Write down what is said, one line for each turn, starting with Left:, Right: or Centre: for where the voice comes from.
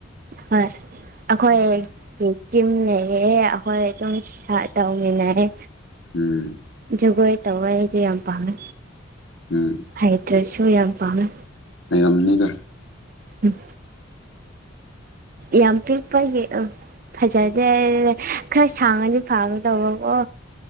Right: ꯍꯣꯏ ꯑꯩꯈꯣꯏ ꯕꯤꯇꯤꯝ ꯂꯩꯌꯦ ꯑꯩꯈꯣꯏ ꯑꯗꯨꯝ ꯁꯥ ꯇꯧꯃꯤꯅꯩ
Left: ꯎꯝ
Right: ꯖꯒꯣꯏ ꯇꯧꯕ ꯑꯩꯗꯤ ꯌꯥꯝ ꯄꯥꯝꯃꯦ
Left: ꯎꯝ
Right: ꯍꯩꯇ꯭ꯔꯁꯨ ꯌꯥꯝ ꯄꯥꯝꯃꯦ
Left: ꯂꯩꯔꯝꯅꯤꯗ
Right: ꯎꯝ ꯌꯥꯝ ꯄꯤꯛꯄꯒꯤ ꯎꯍ ꯐꯖꯗꯦ ꯈꯔ ꯁꯥꯡꯉꯗꯤ ꯐꯒꯗꯧꯕꯀꯣ